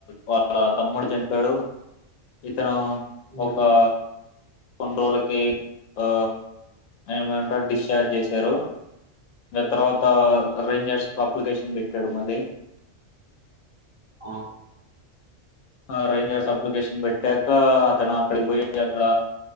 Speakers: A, on the left; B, on the right.
A: వాళ్ళ తమ్ముడు చనిపోయాడు ఇతను
B: ఉమ్,
A: ఒకా కొన్ని రోజులకి, ఆ ఏమంట డిశ్చార్జ్ చేశారు. తర్వాత
B: ఉమ్,
A: రేంజర్స్ కప్ అప్లికేషన్ పెట్టాడు మళ్ళీ
B: ఆ
A: ఆ రేంజర్స్ అప్లికేషన్ పెట్టాక అతను అక్కడికి పోయి అక్కడ